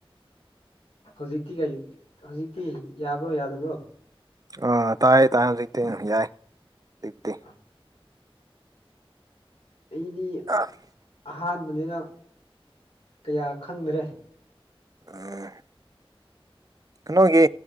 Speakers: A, on the left; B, on the right.
A: ꯍꯧꯖꯤꯛꯇꯤ ꯀꯩ ꯍꯧꯖꯤꯛꯇꯤ ꯌꯥꯕ꯭ꯔꯣ ꯌꯥꯗꯕ꯭ꯔꯣ
B: ꯑꯥ ꯇꯥꯏꯌꯦ ꯇꯥꯏꯜ ꯍꯧꯖꯤꯛꯇꯤ ꯌꯥꯏ ꯍꯧꯖꯤꯛꯇꯤ
A: <unintelligible> ꯑꯩꯗꯤ
B: <unintelligible>
A: ꯑꯍꯥꯟꯕꯅꯤꯅ ꯀꯌꯥ ꯈꯪꯗ꯭ꯔꯦ
B: <unintelligible> ꯀꯅꯣꯒꯤ